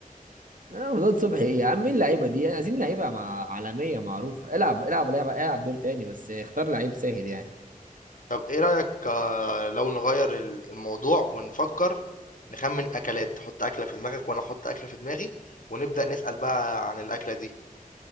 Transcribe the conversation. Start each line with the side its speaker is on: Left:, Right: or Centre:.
Right: آه، رمضان صبحي إيه يا عم مين اللعيبة دي يعني عايزين لعيبة مع عالمية معروفة العب العب لعبة العب دور تاني بس اختار لعيب سهل يعني
Left: طب ايه رأيك آه، لو نغير ال- الموضوع ونفكر نخمن اكلات تحط اكلة في دماغك وانا احط اكلة في دماغي ونبدأ نسأل بقى عن الاكلة دي